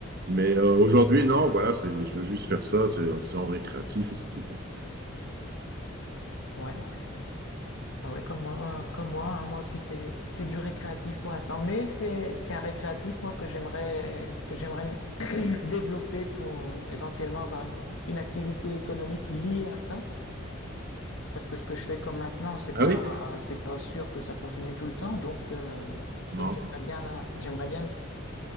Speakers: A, on the right; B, on the left.
A: Mais euh, aujourd'hui, non, voilà, c'est, je veux juste faire ça, c'est, c'est en récréatif et c'est tout, quoi.
B: Ouais, ah ouais, comme moi, euh, comme moi, hein, moi aussi c'est c'est du récréatif pour l'instant, mais c'est c'est un récréatif moi que j'aimerais que j'aimerais <clears throat> développer pour euh, éventuellement avoir une, une activité économique liée à ça, parce que ce que je fais comme maintenant c'est
A: Ah
B: pas
A: oui?
B: c'est pas sûr que ça continue tout le temps, donc euh, donc
A: Non.
B: j'aimerais bien euh, j'aimerais bien